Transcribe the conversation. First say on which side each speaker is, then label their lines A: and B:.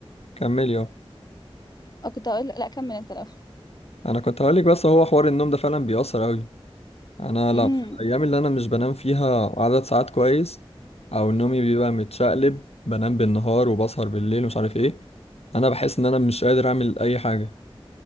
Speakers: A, on the left (about 80°); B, on the left (about 40°).
A: كملي أه
B: آه، كنت اقول لا كمل انت الاول
A: أنا كنت هقولك بس هو حوار النوم ده فعلا بيأثر أوي انا
B: <laughs> امم
A: لا في الايام اللي انا مش بنام فيها عدد ساعات كويس او نومي بيبقى متشقلب بنام بالنهار وبسهر بالليل ومش عارف ايه انا بحس ان انا مش قادر اعمل اي حاجه